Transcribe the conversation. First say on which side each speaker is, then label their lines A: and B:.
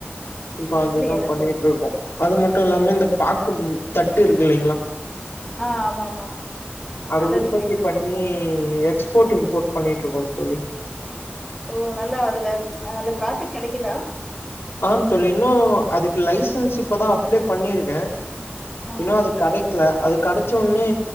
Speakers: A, on the left; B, in the centre.
A: இப்ப
B: அப்படியா?
A: அதெல்லா பண்ணிட்டு
B: சரி, சரி.
A: இருக்கோ அது மட் மட்டு இல்லாம இந்த பாக்கு தட்டு இருக்கு இல்லைங்களா
B: ஆ ஆமா ஆமா
A: அது
B: நல்ல
A: உற்பத்தி
B: விஷியந்தா
A: பண்ணி எக்ஸ்போர்ட் இம்போட் பண்ணிட்டு இருக்கோ தோழி
B: ஓ நல்லா அதுல நல்ல ப்ராபிட் கெடைக்குதா
A: ஆ தோழி இன்னு அதுக்கு லைசன்ஸ் இப்பதா அப்ளை பண்ணிருக்கே
B: ஆ.
A: இன்னு அது கடை ல அது கிடைச்சோடனே